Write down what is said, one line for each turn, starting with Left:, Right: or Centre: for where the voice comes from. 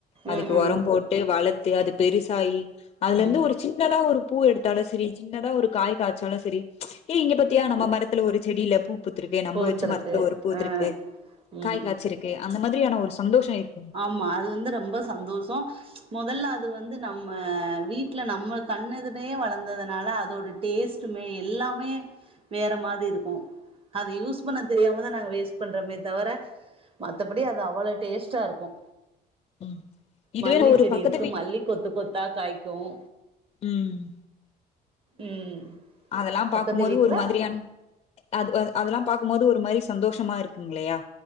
Left: அதுக்கு
Right: ம் ம்
Left: உரம் போட்டு வளத்து அது பெருசாயி அதுல
Right: ம்
Left: இருந்து ஒரு சின்னதா ஒரு பூ எடுத்து லும் செரி சின்னதா ஒரு கடைசிக்கு என்ன தா ஒரு காய் காய்ச்சாலும் செரி ஏய் இங்க பத்தியா நம்ம மரத்துல ஒரு செடியில பூப் பூத்துருக்கு நம்ப
Right: பூத்துருக்கு
Left: வச்சு மரத்துல ஒரு பூத்துருக்கு
Right: ஆ ம்
Left: காய் காய்ச்சுருக்கு
Right: ம்
Left: அந்த மாதிரியான ஒரு சந்தோஷம் இருக்கு
Right: ஆமா அது வந்து ரொம்ப சந்தோஷம் முதல்ல அது வந்து நம்ம வீட்டுல நம்ம கண்ணுஎதிரயே வளர்ந்ததுனால அதோட டேஸ்ட்டுமே எல்லாமே வேற மாதிரி இருக்கும் அது யூஸ் பண்ண தெரியாமதான் நாங்க வேஸ்ட் பண்றமே தவர மத்தபடி அது அவ்வள டேஸ்ட் டா இருக்கும்
Left: ம் இதுவே
Right: மல்லி
Left: ஒரு
Right: செடி
Left: பக்கத்து
Right: இருக்கு
Left: வீட்
Right: மல்லி கொத்து கொத்தா காய்க்கும்
Left: ம்
Right: ம்
Left: அதெல்லாம் பார்க்கும்போது
Right: பக்கத்து வீட்ல
Left: ஒரு மாதிரியா அது அதெல்லாம் பார்க்கும் போது ஒரு மாதிரி சந்தோஷமா இருக்குமில்லையா